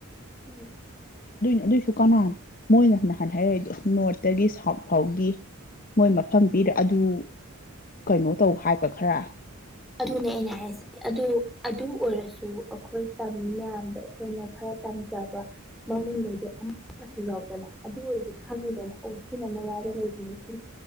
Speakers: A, in the centre; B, on the left.
A: ꯎꯝ
B: ꯑꯗꯨꯏꯁꯨ ꯀꯅꯥꯅ ꯃꯣꯏꯅ ꯅꯍꯥꯟ ꯍꯥꯏꯔꯛꯏꯗꯣ ꯅꯣꯔꯠꯇꯒꯤ ꯁꯥꯎꯠ ꯐꯥꯎꯒꯤ ꯃꯣꯏ ꯃꯐꯝ ꯄꯤꯔꯦ ꯑꯗꯨ ꯀꯩꯅꯣ ꯇꯧ ꯍꯥꯏꯕ ꯈꯔ
A: ꯑꯗꯨꯅꯦ ꯑꯩꯅ ꯍꯥꯏꯁꯤꯦ ꯑꯗꯨ ꯑꯗꯨ ꯑꯣꯏꯔꯁꯨ ꯑꯩꯈꯣꯏ ꯇꯝꯃꯤ ꯃꯌꯥꯝꯗꯣ ꯑꯩꯈꯣꯏꯅ ꯈꯔ ꯇꯝꯖꯕ ꯃꯃꯤꯡꯈꯩꯗꯣ ꯑꯃꯠꯇꯁꯨ ꯌꯥꯎꯗꯅ ꯑꯗꯨ ꯑꯣꯏꯔꯗꯤ ꯈꯪꯉꯤꯗꯅ ꯑꯣ ꯁꯤꯅ ꯃꯌꯥꯝ ꯂꯩ